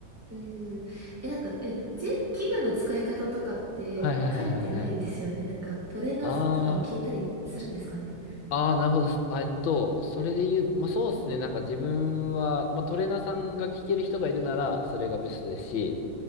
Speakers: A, on the right; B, on the left.
A: うんうん。え、なんか、え、ぜ、器具の使い方とかって書いてないですよね。
B: はいはいはいはいはい。
A: なんか、トレーナーさんとかに聞いたりするんですかね。
B: ああ。ああ、なるほど。すあえっと、それで言う、まあ、そうですね。なんか自分は、まあ、トレーナーさんが聞ける人がいるなら、それがベストですし、